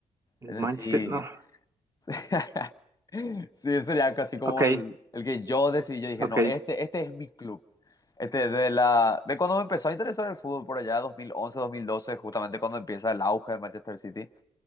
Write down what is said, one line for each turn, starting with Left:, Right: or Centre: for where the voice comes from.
Right: El
Left: Es
Right: Manchester,
Left: decir,
Right: no.
Left: <laughs> Sí, sería casi como
Right: Ok.
Left: el, el que yo decidí. Yo dije,
Right: Ok.
Left: no,
Right: Ujú.
Left: este, este es mi club. Este, de la, de cuando me empezó a interesar el fútbol por allá, dos dos mil once dos mil doce justamente cuando empieza el auge de Manchester City.